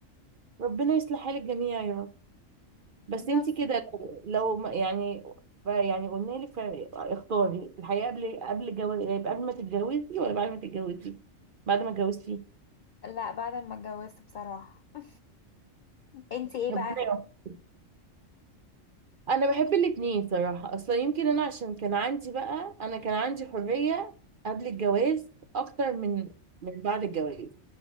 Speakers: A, on the right; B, on the left.
A: فربنا يصلح حال الجميع يا رب بس
B: بالظبط
A: انت كده لو لو ما- يعني ف- يعني قلنا لك ف- اختاري الحياة قبل قبل جو... قبل ما تتجوزي ولا بعد ما تتجوزي بعد ما اتجوزتي
B: لا بعد ما اتجوزت بصراحه <laughs> انت ايه
A: ربنا
B: بقى
A: يوفقك. انا بحب الاتنين صراحة اصلا يمكن انا عشان كان عندي بقى انا كان عندي حرية قبل الجواز اكتر من من بعد الجواز